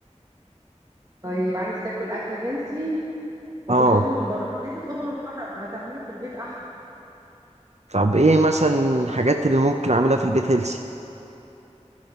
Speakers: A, on the right; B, on the right.
A: طيب عايز تاكل اكل هنسي وتطلبه
B: اه
A: من بره طب ليه تطلبه من بره ما تعمله في البيت احسن
B: طب ايه مثلا الحاجات اللي ممكن اعملها في البيت هيلسي